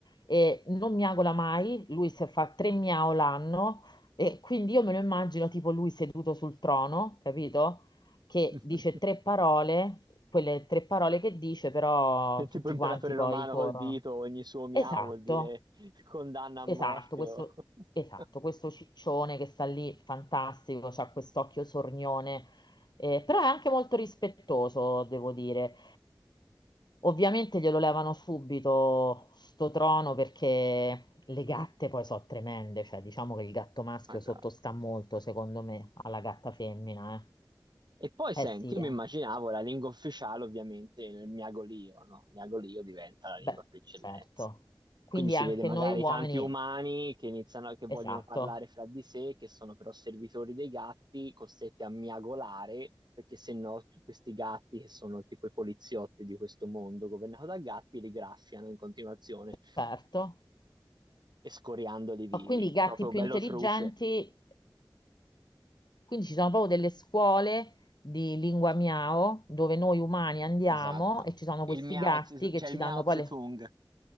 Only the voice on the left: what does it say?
e non miagola mai, lui se fa tre miau l'anno e quindi io me lo immagino tipo lui seduto sul trono, capito? Che
dice tre parole, quelle tre parole che dice però
tutti
quanti
poi corrono.
Esatto.
Esatto, questo,
esatto,
questo ciccione che sta lì, fantastico, c'ha quest'occhio sornione, eh, però è anche molto rispettoso, devo dire. Ovviamente glielo levano subito sto trono perché le gatte poi sono tremende, cioè diciamo che il gatto maschio
sottostà molto, secondo me, alla gatta femmina,
eh. Eh sì,
eh.
Beh,
certo. Quindi
anche
noi uomini,
esatto,
certo.
Ma Quindi i gatti
più
intelligenti
Quindi ci sono proprio delle scuole di lingua miao dove noi umani andiamo
e ci sono
questi
gatti
che
ci
danno
poi le...